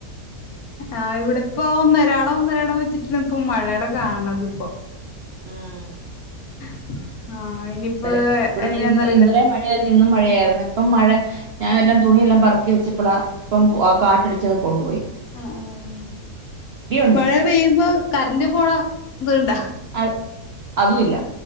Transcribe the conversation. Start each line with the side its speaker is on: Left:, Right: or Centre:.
Left: ആ ഇവിടെ ഇപ്പൊ ഒന്നരാടം ഒന്നരാടം വെച്ചിട്ടാണ് ഇപ്പൊ മഴയുടെ കാണത് ഇപ്പൊ
Right: ഉം
Left: <unintelligible> ആഹ് ഇനിയിപ്പ
Right: ഇന്നലെ ഇവിടെ
Left: എങ്ങനെയാന്ന്
Right: ഇന്ന്
Left: അറിയില്ല
Right: ഇന്നലെ മഴയായിരുന്നു ഇന്നും മഴയായിരുന്നു ഇപ്പം മഴ ഞാൻ എല്ലാം തുണിയെല്ലാം പറ ഒക്കെ വെച്ചപ്പോള ഇപ്പം ആ കാട്ടടിച്ചത് കൊണ്ടുപോയി
Left: ആഹ് ആഹ്
Right: ഇടിയുണ്ട്
Left: മഴ പെയ്യുമ്പോ കര ന്റെ പോണ എന്തണ്ടാ
Right: അ അതും ഇല്ല